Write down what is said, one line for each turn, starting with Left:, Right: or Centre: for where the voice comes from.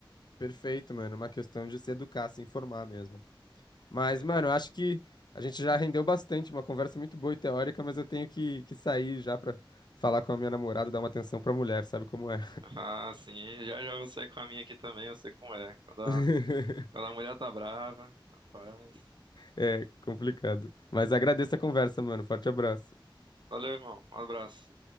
Left: Perfeito, mano. É Uma questão de se educar, se informar mesmo. Mas,
Right: Pois
Left: mano,
Right: é.
Left: eu acho que a gente já rendeu bastante, uma conversa muito boa e teórica, mas eu tenho que, que sair já pra falar com a minha namorada, dar uma atenção pra mulher, sabe como é?
Right: Ah, sim, já já você com a minha aqui também, eu sei como é. Quando a,
Left: <laughs>
Right: quando a mulher tá brava, rapaz.
Left: É complicado. Mas agradeço a conversa, mano. Forte abraço.
Right: Valeu, irmão. Um abraço.